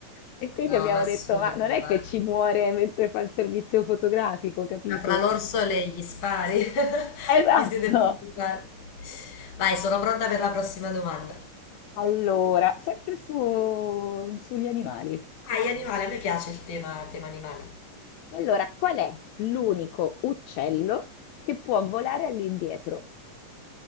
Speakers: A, on the left; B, on the left.
A: E quindi
B: No,
A: abbiamo
B: ma assurdo,
A: detto, ma non è
B: guarda.
A: che ci muore mentre fa il servizio fotografico, capito?
B: Ma fra l'orso e gli spari, <laughs>
A: Esatto.
B: mi siete preoccupati. Vai, sono pronta per la prossima domanda.
A: Allora, sempre su- sugli animali.
B: Ai animali, a me piace il tema, tema animali.
A: Allora, qual è l'unico uccello che può volare all'indietro?